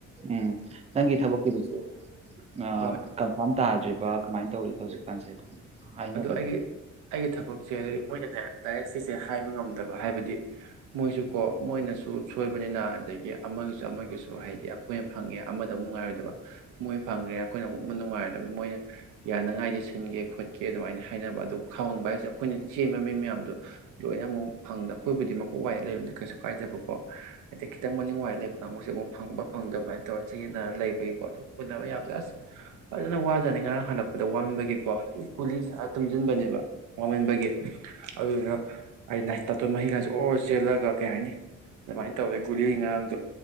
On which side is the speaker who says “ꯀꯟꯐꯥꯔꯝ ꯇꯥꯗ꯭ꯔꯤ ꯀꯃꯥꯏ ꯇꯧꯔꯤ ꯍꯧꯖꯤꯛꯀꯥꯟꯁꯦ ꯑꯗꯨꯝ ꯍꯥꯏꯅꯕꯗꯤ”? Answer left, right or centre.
Right